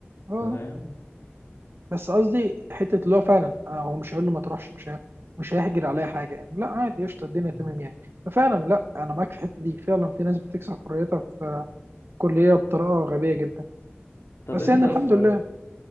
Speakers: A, on the right; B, on the left.
A: اه
B: انت فاهم
A: بس قصدي حته اللي هو فعلا آه، هو مش هيقول له ما تروحش مش هي... مش هيحجر عليا حاجه يعني لا عادي قشطه الدنيا
B: مم.
A: تمام يعني ففعلا لا انا معاك في الحته دي فعلا في ناس بتكسب حريتها في كليه بطريقه غبيه جدا
B: طب
A: بس
B: انت
A: يعني الحمد
B: في
A: لله